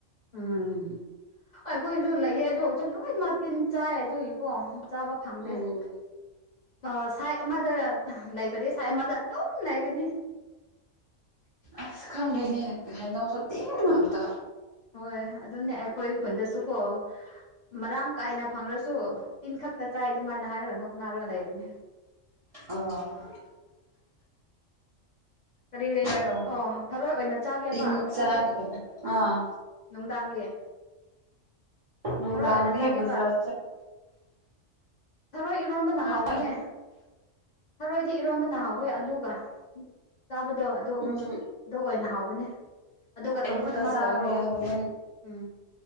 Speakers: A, on the left (about 45°); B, on the right (about 50°).
A: ꯎꯝ ꯑꯩꯈꯣꯏꯁꯨ ꯂꯩꯌꯦ ꯑꯗꯣ ꯂꯣꯏꯃꯛ ꯇꯤꯟ ꯆꯥꯏ ꯑꯗꯨꯒꯤꯀꯣ ꯆꯥꯕ ꯐꯪꯗꯦ
B: ꯎꯝ
A: ꯑꯥ ꯁꯥꯏꯠ ꯑꯃꯗ ꯂꯩꯇ꯭ꯔꯗꯤ ꯁꯥꯏꯠ ꯑꯃꯗ ꯑꯗꯨꯝ ꯂꯩꯒꯅꯤ
B: ꯑꯁ ꯈꯪꯗꯦꯅꯦ ꯍꯩꯅꯧꯁꯨ ꯇꯤꯟ ꯉꯥꯛꯇ
A: ꯍꯣꯏ ꯑꯗꯨꯅꯦ ꯑꯩꯈꯣꯏ ꯈꯨꯟꯗꯁꯨ ꯀꯣ ꯃꯔꯥꯡ ꯀꯥꯏꯅ ꯐꯪꯔꯁꯨ ꯇꯤꯟ ꯈꯛꯇ ꯆꯥꯏ ꯑꯗꯨꯃꯥꯏꯟ ꯍꯥꯏꯔꯒ ꯅꯣꯛ ꯅꯥꯔꯒ ꯂꯩꯕꯅꯤ
B: ꯑꯥ
A: ꯀꯔꯤ
B: ꯑꯩꯈꯣꯏꯔꯣꯝꯗ
A: ꯑꯣ ꯊꯥꯔꯣꯏ ꯑꯣꯏꯅ ꯆꯥꯒꯦꯕ
B: ꯇꯤꯟ ꯆꯥꯗꯕ ꯑꯥ
A: ꯅꯨꯡꯗꯥꯡꯒꯤ
B: ꯅꯨꯡꯗꯥꯡꯒꯤ
A: ꯊꯥꯔꯣꯏ ꯑꯣꯏꯅ ꯆꯥꯒꯦꯕ
B: ꯕꯖꯥꯔ
A: ꯊꯥꯔꯣꯏ ꯏꯔꯣꯟꯝꯕꯅ
B: ꯆꯠ
A: ꯍꯥꯎꯕꯅꯦ ꯊꯥꯔꯣꯏꯗꯤ ꯏꯔꯣꯟꯝꯕꯅ ꯍꯥꯎꯋꯦ ꯑꯂꯨꯒ ꯆꯥꯕꯗꯣ ꯑꯗꯨ
B: ꯎꯝ
A: ꯑꯗꯨ ꯑꯣꯏꯅ ꯍꯥꯎꯕꯅꯦ ꯑꯗꯨꯒ
B: ꯑꯌꯨꯛꯇ
A: ꯆꯝꯐꯨꯠ ꯑꯃ
B: ꯆꯥꯈ꯭ꯔꯦ
A: ꯇꯧꯔꯣ,
B: ꯍꯣꯔꯦꯟ
A: ꯎꯝ